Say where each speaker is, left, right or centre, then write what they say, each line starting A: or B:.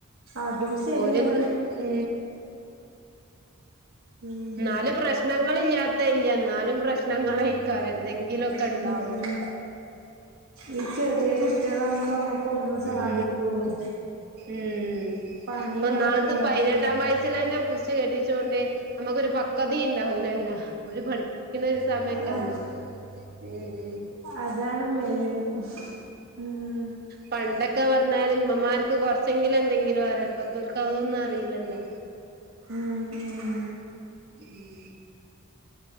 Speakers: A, on the right; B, on the right.
A: അതും ശരിയാണ്
B: ഓല് <unintelligible> ഉം
A: ഉം
B: <inaudible> നാല് പ്രാ ഞങ്ങൾ ഇല്ലാത്ത ഇല്ല എന്നാലും പ്രശ്നങ്ങളേക്കാരം എൻതെങ്കി കിലൊക്കെ
A: ഉം
B: ഇണ്ടാവും.
A: ഈ ചെറിയ കുട്ടികളാകുമ്പോ നമ്മക്ക് ഒന്നും സാധിക്കൂലേ
B: ഉം ഉം
A: പണി
B: ഒന്നാമത്തെ
A: ഓരെ നോക്കൽ
B: പൈപനെട്ടാം വയസസിലെന്നെ കു ച്ച്കെട്ടിച്ചൊണ്ട് നമുക്കൊരു പക്ക്വാതിം ഇണ്ടാവൂലല്ലോ ഒരു പഠി ഇന്നത് സമയക്കല്ല
A: അതാ
B: ഉം. ഉം.
A: അതാണ് മെയ്ന് ഉം.
B: പണ്ടൊക്കെ പറഞ്ഞാല് ഇമ്മമാർക്ക് കൊറച്ചെങ്കിലും എന്തെങ്കിലും അറി ഇപ്പത്തോൽക്ക് അതൊന്നും അറിയില്ലല്ലോ?
A: ഉം. ഉം
B: <inaudible>